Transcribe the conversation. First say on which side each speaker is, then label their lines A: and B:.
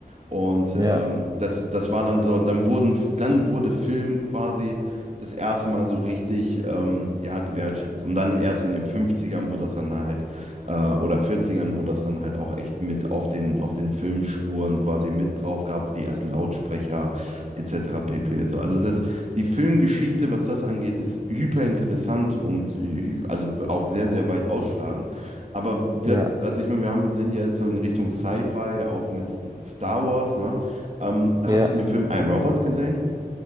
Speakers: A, on the right (about 45°); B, on the right (about 25°).
A: Und
B: ja,
A: ähm, das, das war dann so, dann wurden, dann wurde Film quasi das erste Mal so richtig ähm, ja, gewertschätzt. Und dann erst in den Fünfzigern wo das dann halt, äh, oder Vierzigern wo das dann halt auch echt mit auf den, auf den Filmspuren quasi mit drauf gab, die ersten Lautsprecher etc. pp. So. Also das, die Filmgeschichte, was das angeht, ist hyper interessant und hü- also auch sehr, sehr weit ausschlagend. Aber wir,
B: ja,
A: also ich meine, wir haben, sind ja jetzt so in Richtung Sci-Fi, auch mit Star Wars, ne? Ähm, hast
B: ja,
A: du den Film I, Robot gesehen?